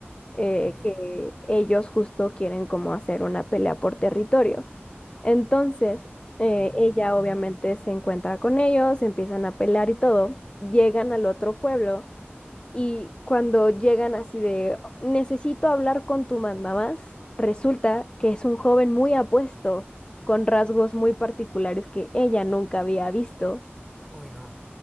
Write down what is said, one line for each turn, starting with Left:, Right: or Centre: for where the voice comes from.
Left: eh,
Centre: ya.
Left: que ellos justo quieren como hacer una pelea por territorio. Entonces, eh,
Centre: Mm,
Left: ella obviamente se encuentra con ellos, empiezan a pelear y todo, llegan al otro pueblo y cuando llegan así de, necesito hablar con tu mandamás, resulta que es un joven muy apuesto, con rasgos muy particulares que ella nunca había visto.
Centre: Uy, no.